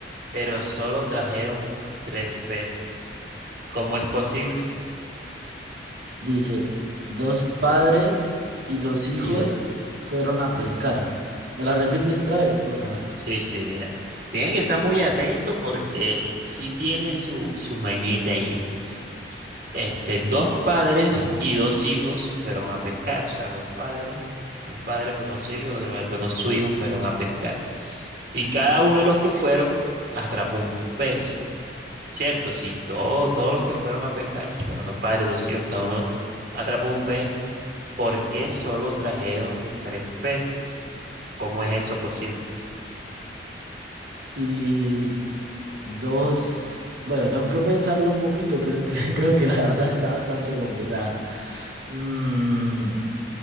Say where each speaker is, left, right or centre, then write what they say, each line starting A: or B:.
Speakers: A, on the right; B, on the right.
A: pero solo trajeron tres peces. ¿Cómo es posible?
B: Dice, dos padres y dos hijos
A: Y dos hijos.
B: fueron a pescar. ¿Me la repites otra vez, porfa?
A: Sí, sí, mira. Tiene que estar muy atento porque sí tiene su, su mañita allí. Este, dos padres y dos hijos fueron a pescar, o sea, dos padres, un padre fue con su hijo, el otro padre fue con su hijo, fueron a pescar. Y cada uno de los que fueron atrapó un pez, ¿cierto? Sí, todo- todos los que fueron a pescar, fueron dos padres, dos hijos, cada uno atrapó un pez. ¿Por qué solo trajeron tres peces? ¿Cómo es eso posible?
B: Y dos, bueno, tengo que pensarlo un poquito, creo que, <laughs> creo que la verdad está bastante complicada. Mm,